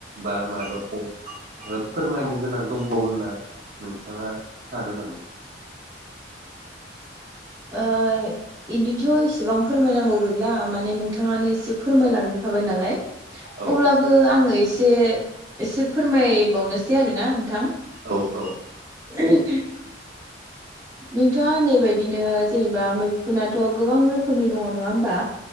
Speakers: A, on the right (about 45°); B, on the right (about 20°).
A: बा माइबा प फोरमायनो गोनां दंबावो होनना नोंथाङा सानो नामा?
B: ओ- इदिथ' एसेबां फोरमायनांगौ गैला माने नोंथाङानो एसे फोरमायलांजोबखाबाय नालाय।
A: औ
B: अब्लाबो आङो एसे। एसे फोरमायबावनोसै आरोना नोंथां।
A: औ औ
B: ए नोंथाङा होन्नाय बायदिनो जेनेबा मैखुुनथ' गोबां रोखोमनि दङ नङा होमबा?